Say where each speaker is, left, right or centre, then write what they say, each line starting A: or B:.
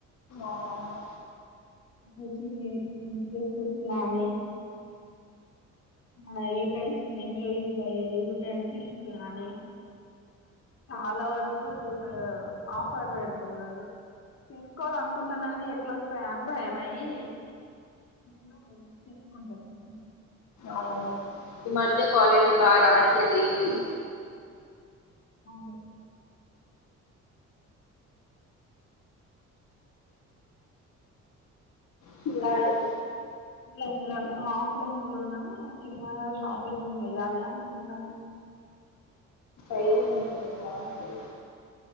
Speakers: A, on the left; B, on the left.
A: అవునవును
B: వచ్చి ఇంట్రెసెస్ గాని మ యయుటెన్సిల్స్ ఇంట్లో యూజ్ అయ్యే యయుటెన్సిల్స్ కానీ. చాలా వరకు ఒక ఆఫర్ పెడుతున్నాడు తీస్కోకోవాల అనుకుంటున్నా ని ఎట్లొస్తాయ అని భయమయి. నేను తీసుకుంటాలే
A: అవును ఈ మధ్య క్వాలిటీ బా రావట్లేదు ఏవి
B: నాదే
A: చూడలే
B: ఉండాలి ఆన్లైన్ లోను ఆఫ్లైన్ లోన చిన్న షాపింగ్ చేయాలే అనుకుంటాన్న.
A: అజియో లోనా బాగుంటాయి